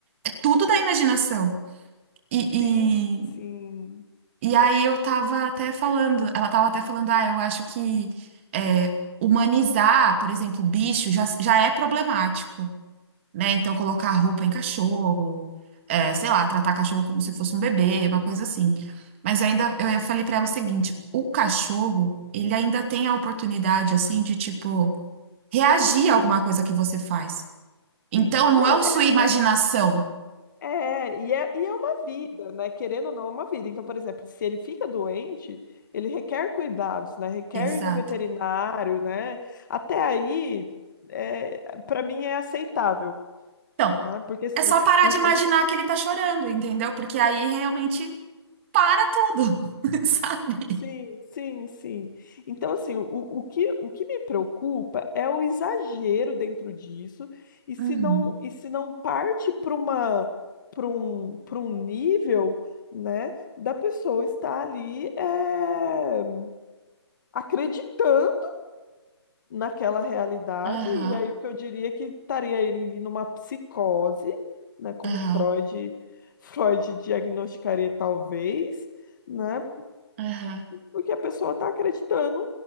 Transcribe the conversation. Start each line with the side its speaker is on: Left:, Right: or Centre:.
Right: é tudo da imaginação. E, e,
Left: sim, sim.
Right: e aí eu tava até falando, ela tava até falando, ah, eu acho que eh, humanizar, por exemplo, bicho já, já é problemático. né? Então, colocar roupa em cachorro, é, sei lá, tratar cachorro como se fosse um bebê, uma coisa assim. Mas eu ainda, eu eu falei pra ela o seguinte, o cachorro, ele ainda tem a oportunidade, assim, de, tipo, reagir a alguma coisa que você faz. Então,
Left: Sim,
Right: não
Left: não,
Right: é o
Left: é,
Right: sua imaginação.
Left: é, é, e é, e é uma vida, né? Querendo ou não, é uma vida. Então, por exemplo, se ele fica doente, ele requer cuidados, né? Requer
Right: Exato.
Left: ir no veterinário, né? Até aí, é, para mim é aceitável,
Right: Então,
Left: né? Porque assim,
Right: é só parar
Left: o,
Right: de imaginar que ele tá chorando, entendeu? Porque aí realmente para tudo, <laughs> sabe?
Left: Sim, sim, sim. Então, assim, o, o que, o que me preocupa é o exagero dentro disso, e se
Right: Uhum.
Left: não, e se não parte para uma, para um, para um nível, né, da pessoa estar ali é, acreditando naquela realidade,
Right: Aham,
Left: e aí o que eu diria é que estaria ele ali numa psicose, né, como
Right: aham,
Left: Freud, <laughs> Freud diagnosticaria talvez, né?
Right: aham.
Left: porque a pessoa tá acreditando